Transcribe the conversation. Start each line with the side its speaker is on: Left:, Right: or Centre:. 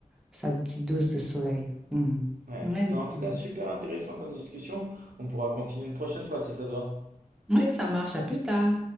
Centre: sa petite dose de soleil. Hmm.
Right: Ouais.
Centre: Ouais,
Right: Mais en tout
Centre: non.
Right: cas, super intéressant comme discussion. On pourra continuer une prochaine fois si ça te va.
Centre: Oui, ça marche. À plus tard.